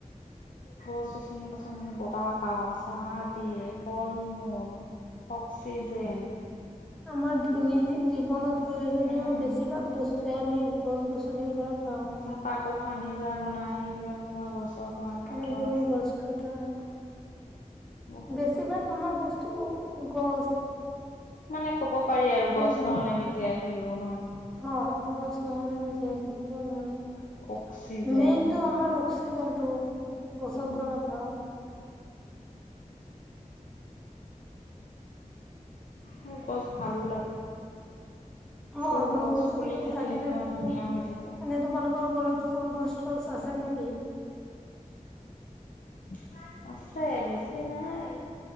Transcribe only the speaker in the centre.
আমাৰ দৈনন্দিন জীৱনত প্ৰয়োজনীয়
বেছিভাগ বস্তুৱে আমি গছ গছনি পৰা পাওঁ
এই বুৰু গছকাটাৰ
বেছিভাগ আমাৰ বস্তু গ'
নোৱাৰো
হয় গছ নহলে আমি জীয়াই থাকিব নোৱাৰো
মেইন টো আমাৰ অক্সিজেন টো গছৰ
পৰা পাওঁ
হয়
গছ গছনি
এনে থাকিলে
ফুল
এনেই তোমালোকৰ ঘৰত ফুল গছ তছ আছে নেকি